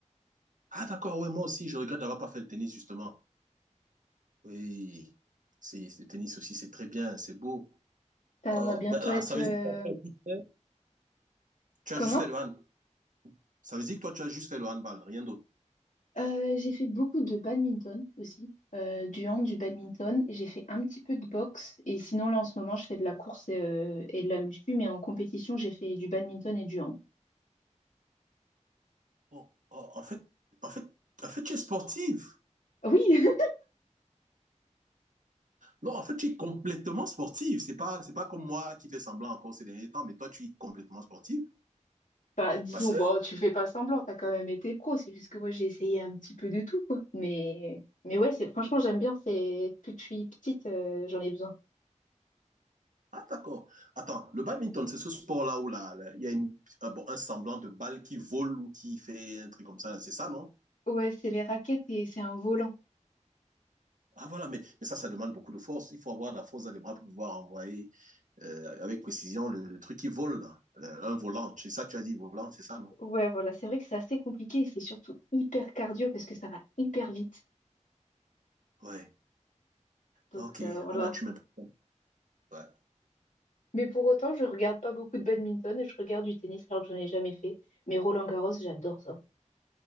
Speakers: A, on the right; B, on the left.
A: Ah, d'accord. Ouais, moi aussi, je regrette d'avoir pas fait le tennis, justement. Oui, c'est le tennis aussi, c'est très bien, c'est beau.
B: Ça
A: Oh,
B: va bientôt
A: ben, ah,
B: être...
A: ça
B: euh,
A: veut dire que toi, tu as juste fait tu
B: Comment?
A: as juste fait le hand. Ça veut dire que toi, tu as juste fait le handball, rien d'autre.
B: Euh, j'ai fait beaucoup de badminton aussi, euh, du hand, du badminton. J'ai fait un petit peu de boxe et sinon là en ce moment je fais de la course euh, et de la muscu, mais en compétition j'ai fait du badminton et du hand.
A: Oh, oh, en fait, en fait, en fait, tu es sportive.
B: Ah Oui, <laughs>
A: Non, en fait, tu es complètement sportive. C'est pas, c'est pas comme moi qui fais semblant encore ces derniers temps, mais toi, tu es complètement sportive.
B: bah disons,
A: Parce que,
B: bon, tu fais pas semblant, t'as quand même été pro, c'est juste que moi j'ai essayé un petit peu de tout quoi. Mais, mais ouais, c'est franchement j'aime bien, c'est depuis que je suis petite, euh, j'en ai besoin.
A: ah, d'accord. Attends, le badminton, c'est ce sport-là où là, là, il y a une, un, bon, un semblant de balle qui vole ou qui fait un truc comme ça. là. C'est ça, non?
B: Ouais, c'est les raquettes et c'est un volant.
A: Ah voilà, mais, mais ça, ça demande beaucoup de force. Il faut avoir de la force dans les bras pour pouvoir envoyer euh, avec précision le, le, truc qui vole, là. Le- un volant. C'est ça que tu as dit, volant, c'est ça, non?
B: Ouais, voilà, c'est vrai que c'est assez compliqué et c'est surtout hyper cardio parce que ça va hyper vite.
A: Ouais.
B: Donc
A: Ok.
B: euh, voilà,
A: Anna, tu m'impressionnes. Ouais.
B: Mais pour autant, je regarde pas beaucoup de badminton et je regarde du tennis alors que j'en ai jamais fait. Mais Roland-Garros, j'adore ça.